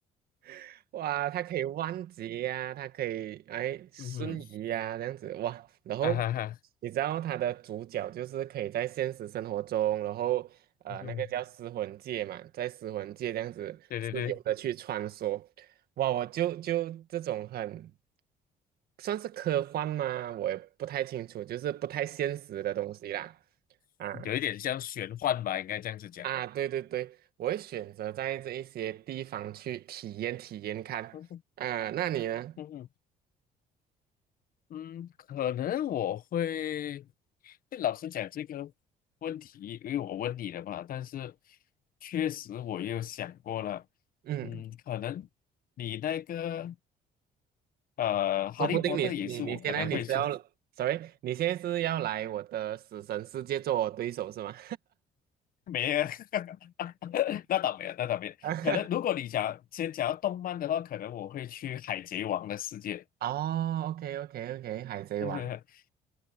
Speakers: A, on the right; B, on the left.
A: <laughs> 哇，它可以弯截呀、它可以哎瞬移呀、
B: 嗯哼，
A: 这样子哇，然后
B: 啊哈哈，
A: 你知道它的主角就是可以在现实生活中，然后呃那个叫尸魂界嘛，
B: 嗯哼，
A: 在尸魂界这样子自由的去穿梭，
B: 对对对，
A: 哇，我就就这种很。算是科幻吗？我也不太清楚，就是不太现实的东西啦。啊
B: 有一点像玄幻吧，应该这样子讲，
A: 啊，对对对，我会选择在这一些地方去体验体验看。
B: 嗯哼。
A: 啊，那你呢？
B: 嗯哼嗯，可能我会，老实讲这个问题，因为我问你了嘛，但是确实我也有想过了，
A: 嗯，
B: 嗯，可能你那个呃，哈利波特也是我可能会去，
A: 说不定你你你现在你是要，sorry，你现在是要来我的死神世界做我对手是吗？
B: 没有，<laughs> 那倒没有，那倒没有，
A: <laughs>
B: 可能如果你讲先讲到动漫的话，可能我会去海贼王的世界。
A: 哦，OK OK OK，海贼王，
B: <laughs>